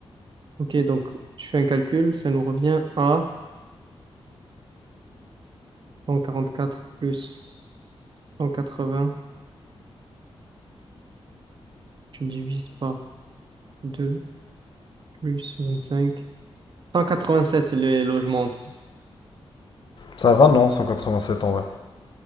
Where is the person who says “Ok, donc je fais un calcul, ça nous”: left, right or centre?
Right